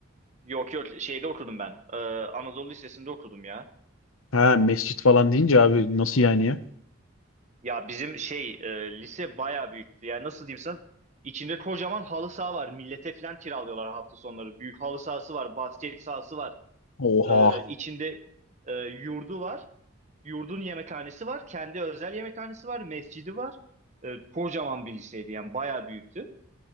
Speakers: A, on the right; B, on the left.
A: Yok yok şeyde okudum ben. Ee, Anadolu Lisesi'nde okudum ya.
B: Ha mescit falan deyince abi nasıl yani ya?
A: Ya bizim şey e, lise bayağı büyüktü. Yani nasıl diyeyim sana? İçinde kocaman halı saha var. Millete falan kiralıyorlar hafta sonları. Büyük halı sahası var, basket sahası var.
B: Oha.
A: E, içinde e, yurdu var. Yurdun yemekhanesi var. Kendi özel yemekhanesi var. Mescidi var. E, kocaman bir liseydi yani bayağı büyüktü.